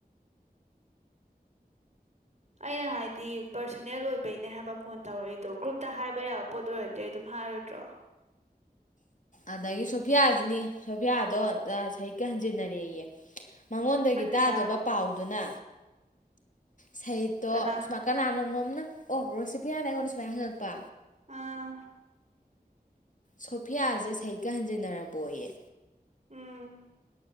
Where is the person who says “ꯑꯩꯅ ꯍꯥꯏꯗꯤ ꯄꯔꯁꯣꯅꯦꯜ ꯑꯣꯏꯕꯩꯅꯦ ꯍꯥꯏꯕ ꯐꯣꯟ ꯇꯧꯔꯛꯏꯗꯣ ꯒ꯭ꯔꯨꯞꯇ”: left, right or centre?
Right